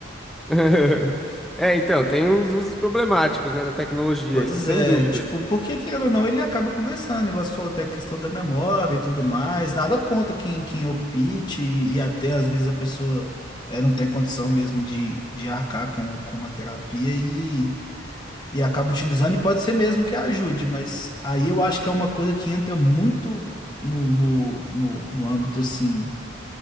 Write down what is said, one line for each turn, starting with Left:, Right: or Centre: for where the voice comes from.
Centre: <laughs> É, então, tem uns usos problemáticos, né, da tecnologia,
Left: Pois
Centre: isso sem
Left: é,
Centre: dúvida.
Left: tipo, porque querendo ou não, ele acaba conversando. O negócio falou, tem a questão da memória e tudo mais. Nada contra quem, quem opte, e, e até às vezes a pessoa é, não tem condição mesmo de, de arcar com, com uma terapia e, e acaba utilizando, e pode ser mesmo que ajude, mas aí eu acho que é uma coisa que entra muito no, no, no, no âmbito assim.